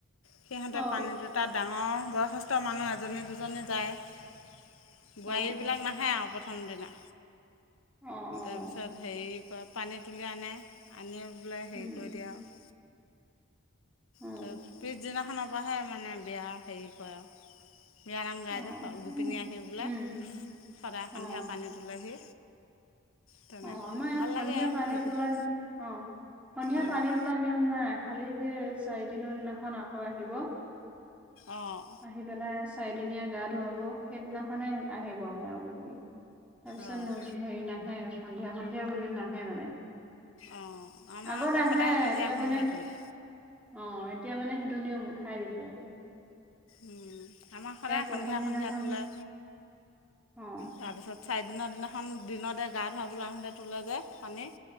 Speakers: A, on the left; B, in the centre.
A: সিহঁতে
B: অ
A: পানীটো তাত ডাঙৰ বয়সস্থ মানুহ এজনী দুজনী যায়। বোৱাৰীবিলাক
B: অ
A: নাহে আৰু প্ৰথম দিনা।
B: অ', অ'।
A: তাৰপিছত হেৰি কৰে পানী তুলি আনে আনি বোলে হেৰি
B: উম
A: কৰি দিয়ে আৰু।
B: অ
A: ত পিছদিনাখনৰ পৰাহে মানে বিয়া হেৰি কৰে আৰু। বিয়ানাম গাইদ
B: অ
A: গোপিনী
B: উম
A: আহি বোলে
B: উম
A: সদায়
B: অ
A: সন্ধিয়া পানীত তুলেহি। তেনেকুৱা
B: অ', আমাৰ ইয়াত
A: ভাল
B: সন্ধিয়া
A: লাগে
B: পানী
A: সেইকেইদিন
B: তোলা অ', সন্ধিয়া
A: অঁ
B: পানী তোলা নিয়ম নাই। খালি সেই চাৰি দিনৰ দিনাখন আকৌ আহিব।
A: অঁ'।
B: আহি পেলাই চাৰিদিনীয়া গা ধুৱাব সেইদিনাখনে আহিব মানে আৰু গোপিনি। তাৰপিছত
A: অঁ
B: হেৰি নাহে সন্ধিয়া সন্ধিয়া বুলি নাহে মানে।
A: অঁ আমাৰ
B: আগত
A: আকৌ
B: আহে
A: সদায় সন্ধিয়া
B: এতিয়া
A: সন্ধিয়া
B: মানে অ',
A: তোলে
B: এতিয়া মানে স এইটো নিয়ম উঠাই দিছে আৰু।
A: উম, আমাৰ সদায়
B: প্ৰথম
A: সন্ধিয়া
B: দিনাখন
A: সন্ধিয়া তোলে।
B: অ'।
A: তাৰপিছত চাৰিদিনৰ দিনাখন দিনতে গা ধুৱাবলৈ আহোঁতে তোলে যে পানী।